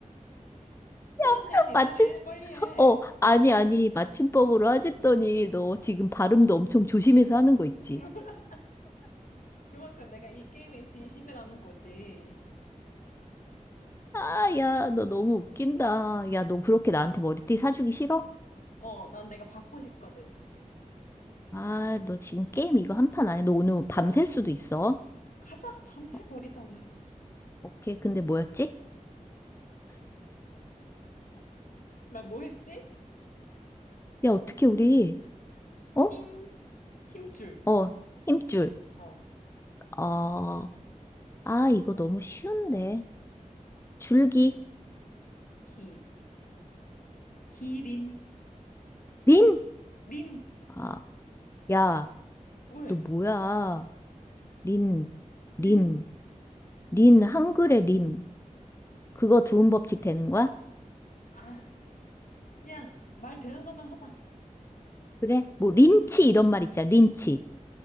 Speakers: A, on the left; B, on the left.
A: 시간
B: <laughs>
A: 제한이 있다며.
B: 맞춤,
A: 빨리 해.
B: 어, 아니, 아니. 맞춤법으로 하셨더니 너 지금 발음도 엄청 조심해서 하는 거 있지?
A: <laughs> 그만큼 내가 이 게임에 진심이라는 거지.
B: 아, 야, 너 너무 웃긴다. 야, 너 그렇게 나한테 머리띠 사주기 싫어?
A: 어, 난 내가 받고 싶거든.
B: 아, 너 지금 게임 이거 한 판 안 해? 너 오늘 뭐 밤샐 수도 있어.
A: 가자. 밤새
B: 어,
A: 버리자, 오늘.
B: 오케이. 근데 뭐였지?
A: 나 뭐 했지?
B: 야, 어떻게 우리, 어?
A: 힘, 힘줄.
B: 어, 힘줄.
A: 어.
B: 어, 아, 이거 너무 쉬운데. 줄기.
A: 기, 기린.
B: 린?
A: 린.
B: 아, 야,
A: 왜?
B: 너 뭐야? 린, 린,
A: 린.
B: 린, 한글의 린. 그거 두음 법칙 되는 거야?
A: 아, 그냥 말 되는 것만 하자.
B: 그래? 뭐, 린치 이런 말 있잖아. 린치.